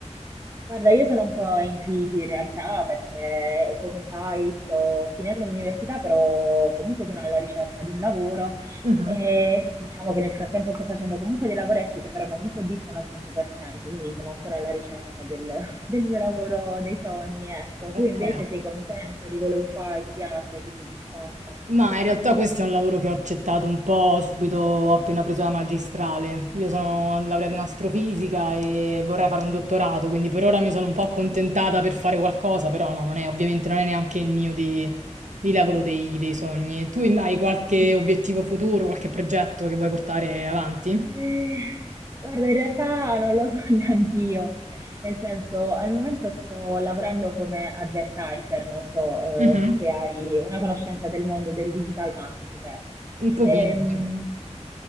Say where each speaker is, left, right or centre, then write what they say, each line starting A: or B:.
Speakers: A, on the right; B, on the right.
A: Guarda, io sono un po' in crisi in realtà perché, come sai, sto finendo l'università, però comunque sono alla ricerca di un lavoro
B: Mhm.
A: e so, diciamo che nel frattempo sto facendo comunque dei lavoretti che però non mi soddisfano al 100%, quindi sono ancora alla ricerca del, <laughs> del mio lavoro, dei sogni, ecco.
B: Ok.
A: Tu invece sei contenta di quello che fai, ti piace, sei soddisfatta?
B: Ma in realtà questo è un lavoro che ho accettato un po' subito appena preso la magistrale. Io sono laureata in astrofisica e vorrei fare un dottorato, quindi per ora mi sono un po' accontentata per fare qualcosa, però no, non è, ovviamente non è neanche il mio di, di lavoro dei, dei sogni. Tu hai qualche obiettivo futuro, qualche progetto che vuoi portare avanti?
A: Eh, guarda, in realtà non lo so <laughs> neanch'io, nel senso, al momento sto lavorando come advertiser, non so,
B: Mhm.
A: eh, se hai una conoscenza del mondo del digital marketing, ecco.
B: Un pochino.
A: Ehm,